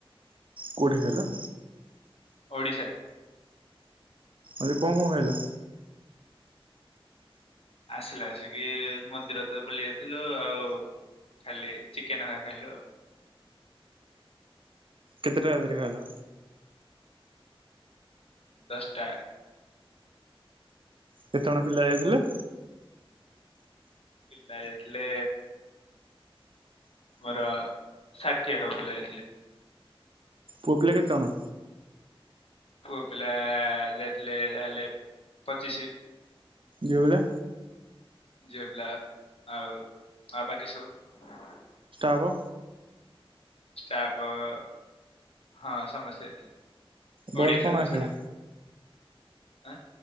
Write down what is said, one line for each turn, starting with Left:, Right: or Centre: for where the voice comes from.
Right: କେଉଁଠି ଖାଇଲ?
Left: ଓଡ଼ିଶାରେ।
Right: ଆରେ କଣ କଣ ଖାଇଲ?
Left: ଆସିଲା ଆସିକି ମନ୍ଦିର ତ ବୁଲି ଯାଇଥିଲୁ ଆଉ ଖାଲି ଚିକେନ ଖା ଖାଇଲୁ ଆଉ।
Right: କେତେଟା ରାତିରେ ଖାଇଲ?
Left: ଦଶଟା।
Right: କେତେ ଜଣ ପିଲା ଯାଇଥିଲେ?
Left: ପିଲା ଯାଇଥିଲେ ଆମର ଷାଠିଏ ହବ ପିଲା ଯାଇଥିଲେ।
Right: ପୁଅ ପିଲା କେତେ ଜଣ?
Left: ପୁଅ ପିଲା ଯାଇଥିଲେ ଯାହା ହେଲେ ପଚିଶି
Right: ଝୁଅ ପିଲା?
Left: ଝିଅ ପିଲା ଆଉ ଆଉ ବାକି ସବୁ
Right: ହବ
Left: ଷ୍ଟାପ ଅ ହଁ ସମସ୍ତେ ଯାଇଥିଲେ।
Right: ବସ୍
Left: ଓଡିଆ
Right: କଣ
Left: ସାରଙ୍କୁ
Right: ହେଇଥିଲା
Left: ଛାଡିକି। ଆଁ